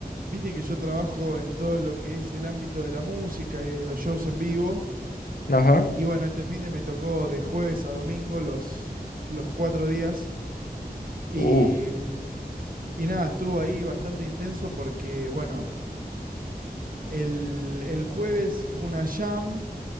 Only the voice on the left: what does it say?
<laughs> Ajá.
Uh.